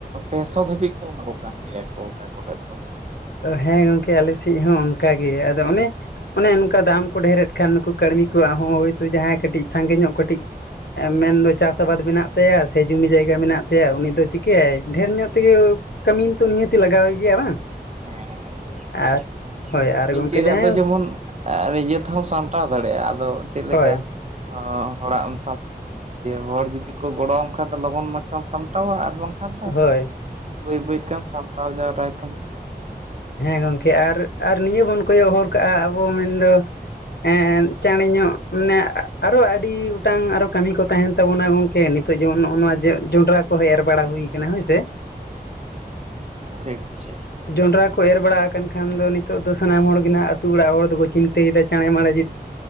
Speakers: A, on the right; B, on the left.
A: ᱯᱮᱥᱚ ᱫᱷᱟᱹᱵᱤᱡ ᱠᱚ ᱮᱢᱟ ᱠᱚ ᱠᱟᱱ ᱜᱮᱭᱟ ᱠᱚ ᱚᱠᱟ ᱠᱚᱨᱮ ᱫᱚ᱾
B: ᱦᱮᱸ ᱜᱚᱝᱠᱮ ᱟᱞᱮᱥᱮᱫ ᱦᱚᱸ ᱚᱱᱠᱟ ᱜᱮ ᱟᱫᱚ ᱚᱱᱮ ᱚᱱᱮ ᱚᱱᱠᱟ ᱫᱟᱢ ᱠᱚ ᱰᱷᱮᱨᱮᱫ ᱠᱷᱟᱱ ᱱᱩᱠᱩ ᱠᱟᱹᱲᱢᱤ ᱠᱚᱣᱟᱜ ᱦᱚᱸ ᱦᱳᱭᱛᱚ ᱡᱟᱦᱟᱸᱭ ᱠᱟᱹᱴᱤᱡ ᱥᱟᱸᱜᱮ ᱧᱚᱜ ᱠᱟᱹᱴᱤᱡ ᱢᱮᱱᱫᱚ ᱪᱟᱥ ᱟᱵᱟᱫ ᱢᱮᱱᱟᱜ ᱛᱟᱭᱟ, ᱥᱮ ᱡᱚᱢᱤ ᱡᱟᱭᱜᱟ ᱢᱮᱱᱟᱜ ᱛᱟᱭᱟ ᱩᱱᱤ ᱫᱚ ᱪᱤᱠᱟᱹᱭᱟᱭ ᱰᱷᱮᱨ ᱧᱚᱜ ᱛᱮᱜᱮ ᱠᱟᱹᱢᱤᱱ ᱛᱚ ᱱᱤᱦᱟᱹᱛᱮ ᱞᱟᱜᱟᱣᱮ ᱜᱮᱭᱟ ᱵᱟᱝ?
A: ᱦᱮᱸ
B: ᱟᱨ
A: <unintelligible>
B: ᱦᱳᱭ ᱟᱨ
A: ᱱᱤᱡᱮᱨᱟᱜ
B: ᱜᱚᱢᱠᱮ ᱡᱟᱦᱟᱸᱭ
A: ᱫᱚ ᱡᱮᱢᱚᱱ <unintelligible> ᱥᱟᱢᱴᱟᱣ ᱫᱟᱲᱮᱭᱟᱜᱼᱟ ᱟᱫᱚ ᱪᱮᱫ ᱞᱮᱠᱟ
B: ᱦᱳᱭ
A: ᱦᱚᱲᱟᱜ ᱮᱢ <inaudible> ᱦᱚᱲ ᱡᱩᱫᱤ ᱠᱚ ᱜᱚᱲᱚᱣᱟᱢ ᱠᱷᱟᱱ ᱫᱚ ᱞᱚᱜᱚᱱ ᱢᱟᱪᱷᱟᱢ ᱥᱟᱢᱴᱟᱣᱟ ᱟᱨ ᱵᱟᱝᱠᱷᱟᱱ
B: ᱦᱳᱭ
A: ᱵᱟᱹᱭ ᱵᱟᱹᱭ ᱛᱮᱢ ᱥᱟᱢᱴᱟᱣ ᱡᱟᱣᱨᱟ ᱛᱟᱢᱟ
B: ᱦᱮᱸ ᱜᱚᱝᱠᱮ ᱟᱨ ᱟᱨ ᱱᱤᱭᱟᱹ ᱵᱚᱱ ᱠᱚᱭᱚᱜ ᱦᱚᱨ ᱠᱟᱜᱼᱟ ᱟᱵᱚ ᱢᱮᱱᱫᱚ <inaudible> ᱪᱟᱲ ᱧᱚᱜ ᱢᱟᱱᱮ ᱟᱨᱚ ᱟᱹᱰᱤ ᱜᱚᱴᱟᱝ ᱟᱨᱚ ᱠᱟᱹᱢᱤ ᱠᱚ ᱛᱟᱦᱮᱱ ᱛᱟᱵᱚᱱᱟ ᱜᱚᱝᱠᱮ ᱱᱤᱛᱚᱜ ᱡᱮᱢᱚᱱ ᱱᱚᱜᱼᱚ ᱱᱚᱣᱟ ᱡᱚᱸᱰᱨᱟ ᱠᱚᱦᱚᱸ ᱮᱨ ᱵᱟᱲᱟ ᱦᱩᱭ ᱠᱟᱱᱟ ᱦᱳᱭᱥᱮ
A: ᱴᱷᱤᱠ ᱴᱷᱤᱠ
B: ᱡᱚᱸᱰᱨᱟ ᱠᱚ ᱮᱨ ᱵᱟᱲᱟ ᱟᱠᱟᱱ ᱠᱷᱟᱱ ᱫᱚ ᱱᱤᱛᱚᱜ ᱫᱚ ᱥᱟᱱᱟᱢ ᱦᱚᱲ ᱜᱮ ᱱᱟᱜ ᱟᱹᱛᱩ ᱚᱲᱟᱜ ᱦᱚᱲ ᱫᱚᱠᱚ ᱪᱤᱱᱛᱟᱹᱭᱮᱫᱟ ᱪᱟᱬᱮ ᱢᱟᱲᱮ